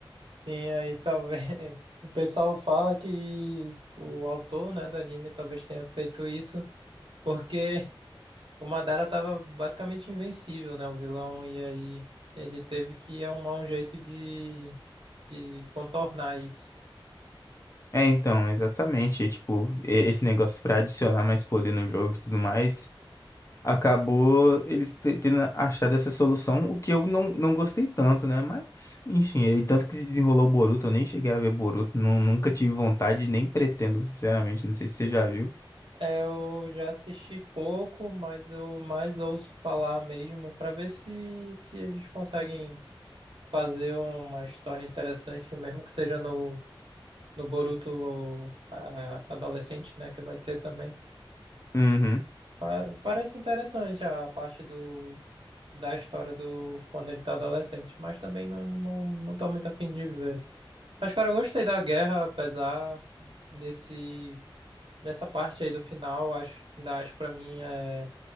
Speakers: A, on the right; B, on the left.
A: Sim, aí talvez <laughs> o pessoal fala que o autor, né, do anime talvez tenha feito isso porque o Madara tava basicamente invencível, né, o vilão, e aí ele teve que arrumar um jeito de, de contornar isso.
B: É, então, exatamente. é, Tipo, e- esse negócio pra adicionar mais poder no jogo e tudo mais, acabou eles te- tendo achado essa solução, o que eu não, não gostei tanto, né? Mas, enfim, e tanto que se desenrolou o Boruto, eu nem cheguei a ver Boruto, nu- nunca tive vontade, nem pretendo, sinceramente. Não sei se você já viu.
A: É, eu já assisti pouco, mas eu mais ouço falar mesmo pra ver se, se eles conseguem fazer uma história interessante, mesmo que seja no, no Boruto ah, adolescente, né, que vai ter também.
B: Uhum.
A: Pa- Parece interessante a parte do, da história do quando ele tá adolescente, mas também não, não, não tô muito afim de ver. Mas, cara, eu gostei da guerra, apesar desse, dessa parte aí do final, acho, ainda acho pra mim é